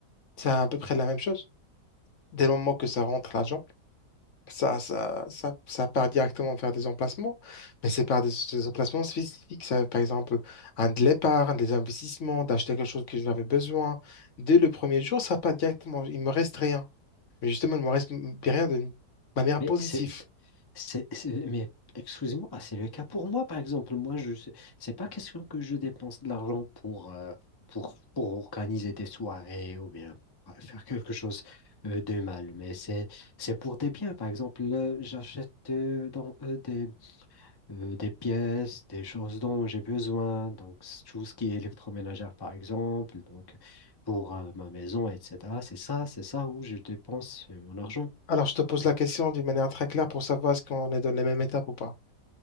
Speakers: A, on the left; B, on the left.
A: c'est à peu près la même chose. Dès le moment que ça rentre l'argent, ça, ça, ça, ça part directement vers des emplacements, mais c'est par des, des emplacements spécifiques. Ça, par exemple, un de l'épargne, des investissements, d'acheter quelque chose que j'avais besoin. Dès le premier jour, ça part directement. Il me reste rien. Mais justement, il me reste derrière de manière
B: Mais
A: positive.
B: c'est, C'est, c'est- mais excusez-moi, ah, c'est le cas pour moi, par exemple. Moi, je, sais- c'est pas question que je dépense de l'argent pour, euh, pour, pour organiser des soirées ou bien ouais, faire quelque chose euh, de mal, mais c'est, c'est pour des biens. Par exemple, là, j'achète euh, dans, euh, des, euh, des pièces, des choses dont j'ai besoin, donc c'est tout ce qui est électroménagère, par exemple, donc pour euh, ma maison, etc. C'est ça, c'est ça où je dépense euh, mon argent.
A: Alors, je te pose la question d'une manière très claire pour savoir est-ce qu'on est dans les mêmes étapes ou pas.